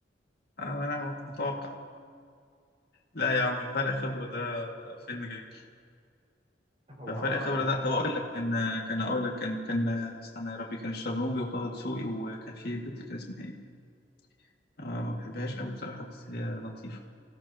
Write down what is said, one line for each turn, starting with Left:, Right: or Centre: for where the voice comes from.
Left: آه، انا متوقع لا يا عم فرق خبرة ده فيلم جميل
Right: <laughs> هو
Left: ففرق
Right: عبارة عن
Left: خبرة
Right: إيه
Left: ده طب أقول لك كان كان أقول لك كان كان استنى يا ربي كان الشرنوبي وطه دسوقي وكان في بنت كان اسمها إيه؟ أنا ما بحبهاش أوي بصراحة بس هي لطيفة.